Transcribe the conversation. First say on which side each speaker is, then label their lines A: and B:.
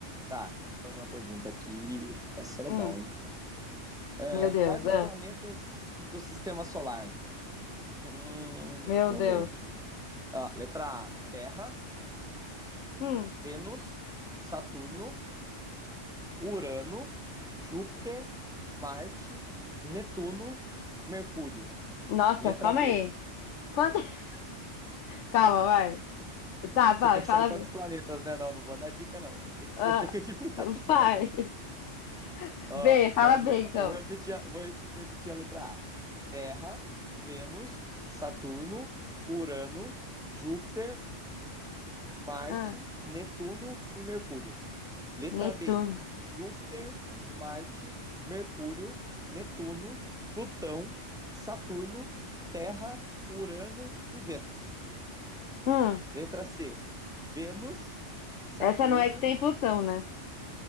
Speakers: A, in the centre; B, on the left.
A: Tá, vou te fazer uma pergunta aqui. Essa é legal,
B: Hum,
A: hein? Ah,
B: meu Deus.
A: quais
B: ah,
A: os planetas do sistema solar? <laughs> Hum,
B: meu
A: vamos
B: Deus.
A: ver. Ó, letra A: Terra,
B: Hum,
A: Vênus, Saturno, Urano, Júpiter, Marte, Netuno, Mercúrio.
B: nossa,
A: Letra
B: calma
A: B.
B: aí. Quanto... <laughs> Calma, vai. Tá, vai,
A: Você quer
B: fala
A: saber quantos
B: B.
A: planetas, né? Não, não vou dar dica, não. Eu tenho que,
B: Ah,
A: <laughs> você tem que adivinhar isso
B: vai.
A: daqui.
B: <laughs>
A: Ó,
B: B,
A: então,
B: fala B
A: le-
B: então.
A: vou repetir, a- vou reti- repetir a letra A. Terra, Vênus, Saturno, Urano, Júpiter, Marte,
B: Ah,
A: Netuno e Mercúrio. Letra
B: Netuno.
A: B. Júpiter, Marte, Mercúrio, Netuno, Plutão, Saturno, Terra, Urano e Vênus.
B: Hum,
A: Letra C. Vênus, Saturno,
B: essa não é que tem Plutão, né?